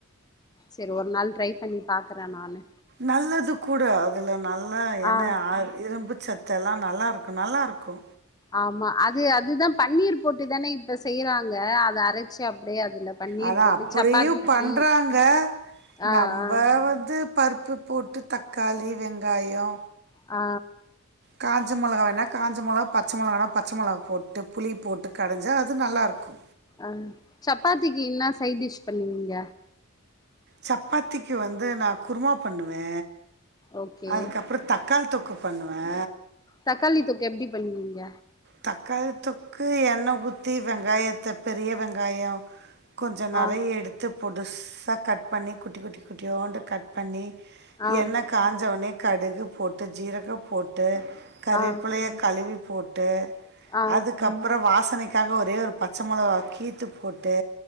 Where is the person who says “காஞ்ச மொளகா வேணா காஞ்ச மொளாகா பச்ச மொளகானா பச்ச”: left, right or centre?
Right